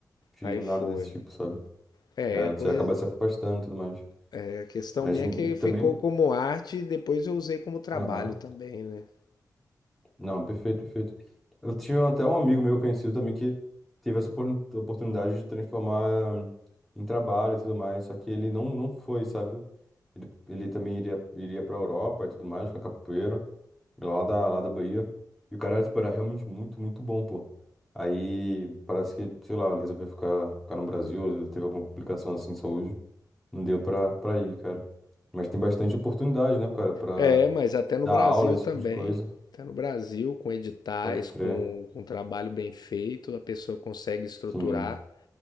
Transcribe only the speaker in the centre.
fiz
nada
desse
tipo, sabe?
É,
você acaba se afastando e tudo mais.
Mas
e
também.
Aham.
Não, perfeito, perfeito. Eu tinha até um amigo meu conhecido também que teve essa opor- oportunidade de transformar em trabalho e tudo mais, só que ele não, não foi, sabe? Ele, ele também iria, iria pra Europa e tudo mais, com a capoeira. Lá da, lá da Bahia. E o cara, tipo, era realmente muito, muito bom, pô. Aí parece que, sei lá, ele resolveu ficar, ficar no Brasil, ele teve alguma complicação assim de saúde. Não deu pra, pra ir, cara. Mas tem bastante oportunidade, né, cara, pra
dar
aula, esse
tipo de coisa.
Pode crer.
Sim,